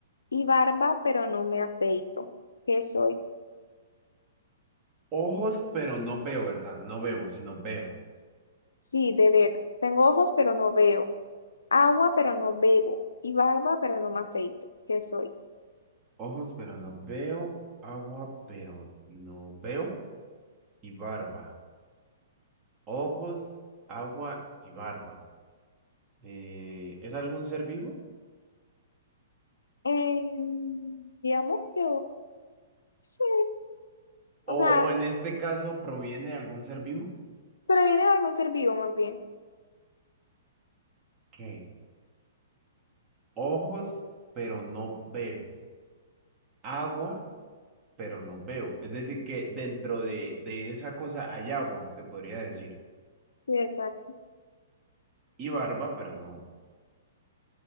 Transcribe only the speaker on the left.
y barba, pero no me afeito. ¿Qué soy?
Sí, de ver. Tengo ojos, pero no veo. Agua, pero no bebo. Y barba, pero no me afeito. ¿Qué soy?
Em, digamos que... Sí,
o sea,
pero viene de algún ser vivo más bien.
Sí, exacto.